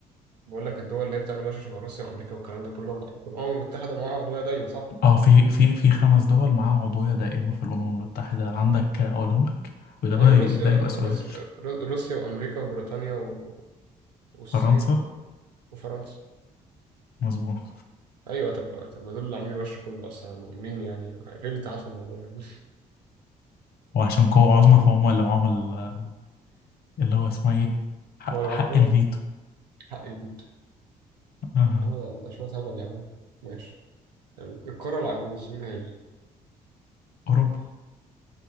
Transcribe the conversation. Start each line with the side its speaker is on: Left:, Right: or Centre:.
Right: بقول لك الدول اللي هي بتعمل وش شبه روسيا وأمريكا والكلام ده كله الأمم المتحدة معاها عضوية دايمة صح؟
Left: اه في في في خمس دول معاها عضوية دائمة في الأمم المتحدة عندك آه، أقولهم لك وده
Right: ايوه
Left: بقى
Right: روسيا
Left: ده يبقى سؤال
Right: روسيا روسيا وامريكا وبريطانيا و... والصين
Left: فرنسا
Right: وفرنسا
Left: مظبوط
Right: ايوه طب طب ما دول اللي عاملين الوش كله اصلا مين يعني غير اللي تعرف الموضوع يعني <laughs>
Left: وعشان قوة عظمى فهم اللي معاهم ال- اللي هو اسمها ايه؟ حق,
Right: هو اللي
Left: حق
Right: معاه الكوره
Left: الفيتو
Right: حق الفيتو
Left: آه.
Right: يا عم ده ده شويه هبل يا عم ماشي الكوره العجوز مين هي
Left: أوروبا